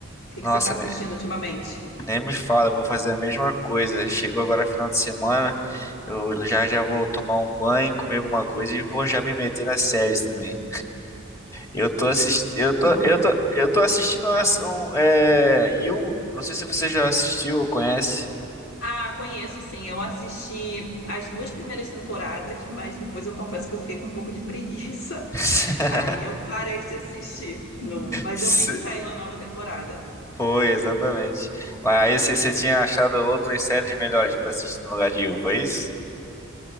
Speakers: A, on the left; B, on the left.
A: que
B: nossa,
A: que você está assistindo
B: né?
A: ultimamente?
B: Nem me fala, eu vou fazer a mesma coisa. Chegou agora final de semana, eu já já vou tomar um banho, comer alguma coisa e vou já me meter nas séries também. Eu tô assistindo, eu tô,
A: Oh.
B: eu tô, eu tô assistindo umas- um, é, You. Não sei se você já assistiu ou conhece.
A: Ah, conheço sim. Eu assisti as duas primeiras temporadas, mas depois eu confesso que eu fiquei com um pouco de preguiça.
B: <laughs>
A: <laughs> Aí eu parei de assistir. Não, mas
B: Se-
A: eu vi que saiu a nova temporada.
B: Foi, exatamente. Mas aí você você tinha achado outras séries melhores pra assistir no lugar de You, foi isso?